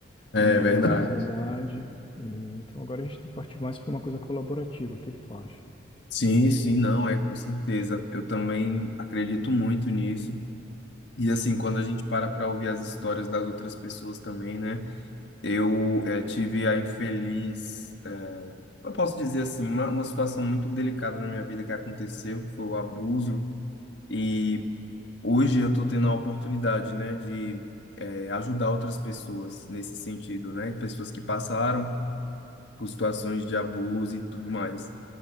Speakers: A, on the left (about 65°); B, on the left (about 25°).
A: É,
B: em nível
A: é verdade.
B: de sociedade. E, então agora a gente tem que partir mais para uma coisa colaborativa. O que que tu acha?
A: Sim, sim, não, é com certeza. Eu também acredito muito nisso. E assim, quando a gente para para ouvir as histórias das outras pessoas também, né? Eu eh, tive a infeliz, eh, eu posso dizer assim, uma, uma situação muito delicada na minha vida que aconteceu, que foi o abuso. E hoje eu estou tendo a oportunidade, né, de eh, ajudar outras pessoas nesse sentido, né? Pessoas que passaram por situações de abuso e tudo mais.